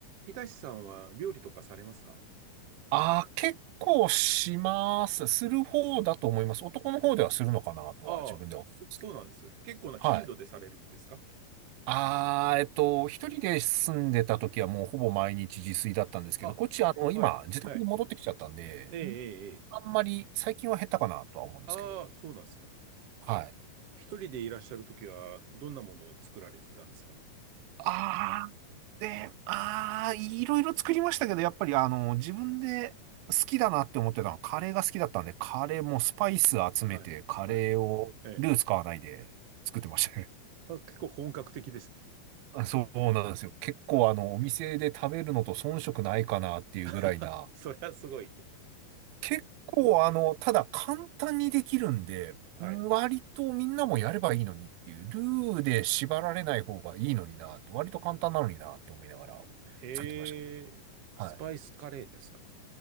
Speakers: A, on the right (about 60°); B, on the right (about 85°).
A: いたしさんは料理とかされますか
B: ああ、結構します。する方だと思います。男の方ではするのかなとは自分では思うんですけど。
A: ああ、そ、そうなんです。結構な頻度でされるんですか
B: はい。ああ、えっと、一人で住んでた時はもうほぼ毎日自炊だったんですけど、
A: あ、
B: こっちあの、
A: はい、
B: 今、自宅に戻ってきちゃったんで、
A: はい。ええ、ええ、
B: ん
A: ええ。
B: あんまり最近は減ったかなとは思うんですけど。
A: ああ、そうなんですか。
B: はい。
A: 一人でいらっしゃるときは、どんなものを作られてたんですか
B: あで、ああ、いろいろ作りましたけど、やっぱりあの、自分で好きだなって思ってたのは、カレーが好きだったんで、カレーもスパイス集めて、
A: はい、
B: カレーをルー使わないで作ってましたね。
A: はい。ええ。あ、結構本格的ですね。
B: あ、そうなんですよ。結構あの、お店で食べるのと遜色ないかなっていうぐらいな、
A: <laughs> それはすごい。
B: 結構あの、ただ簡単にできるんで、
A: はい。
B: うん割とみんなもやればいいのにっていう、ルーで縛られない方がいいのになって、割と簡単なのになって思いながら
A: ええ、
B: 作ってました。
A: スパイスカレーですか
B: はい。